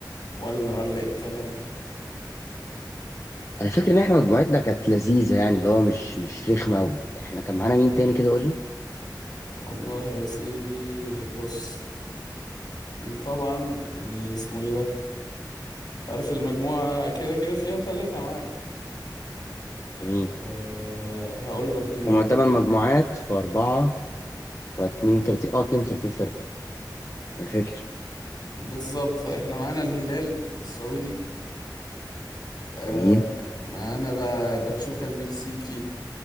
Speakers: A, on the left; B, on the left.
A: ولا ولا ايه الكلام
B: انا فاكر ان احنا مجموعتنا كانت لذيذه يعني اللي هو مش مش رخمه قوي احنا كان معانا مين تاني كده قول لي
A: والله يا سيدي بص احنا طبعا يعني اسمه ايه ده تعرف المجموعه كده كده فيها ثلاثة معاك
B: جميل
A: أه هقول لك مين
B: هما
A: بس
B: تمن مجموعات في اربعه ف 32 اه 32 فرقه انا فاكر
A: بالظبط احنا معانا الهلال السعودي آه
B: جميل
A: معانا بقى باتشوكا المكسيكي